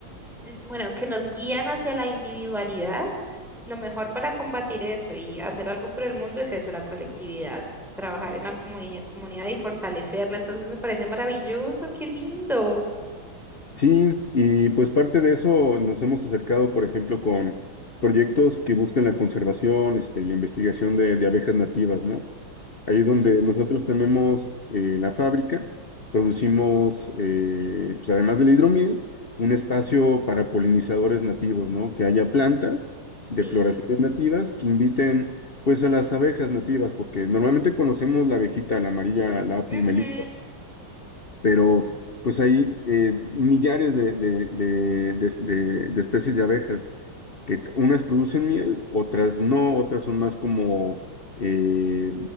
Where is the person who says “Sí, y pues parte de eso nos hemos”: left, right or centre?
Left